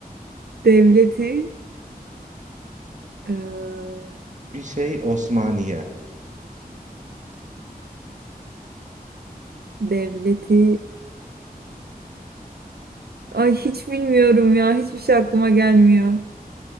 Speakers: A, on the right; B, on the right.
A: Devleti eee,
B: bir şey Osmaniye.
A: devleti ay hiç bilmiyorum ya hiçbir şey aklıma gelmiyor.